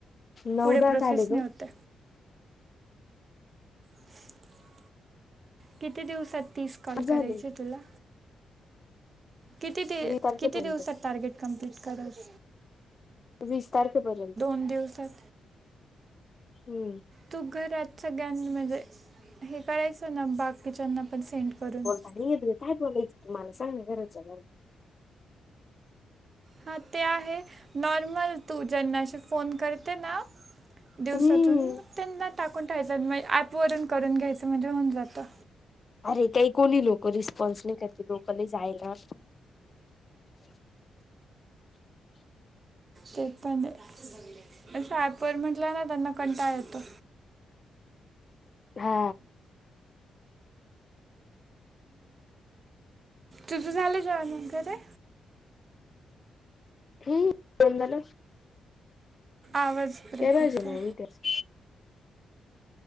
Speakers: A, on the left (about 40°); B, on the right (about 50°).
A: नऊ
B: पुढे
A: दहा
B: प्रोसेस
A: झाले
B: नाही
A: ग
B: होत. <unintelligible> किती दिवसात तीस कॉल
A: झाले
B: करायचे तुला किती दि
A: वीस तारखेपर्यंत
B: किती दिवसात टार्गेट कम्प्लीट करत.
A: वीस तारखेपर्यंत
B: दिवसात.
A: हम्म.
B: तू घरात सगळ्यांनी म्हणजे हे करायचं ना बाग किचनना पण सेंड करून
A: अ. काय बघायचं तुम्हाला सांग ना गरज आहे घर
B: हा ते आहे नॉर्मल तू ज्यांनाशी फोन करते ना. दिवसातून
A: हम्म
B: मग त्यांना टाकून ठेयचं ऍपवरून करून घ्यायचं म्हणजे होऊन जातं.
A: अरे काही कोणी लोक रिस्पॉन्स नाही करते लोकले जायला. <inaudible>
B: ते पण आहेच पण सात वर म्हंटलं ना त्यांना कंटाळ येतो.
A: हा.
B: तझुझ झाललं जा मगर आहे.
A: हमंदला.
B: आवाज ब्रेक
A: तेवजो
B: होतो
A: न विद्या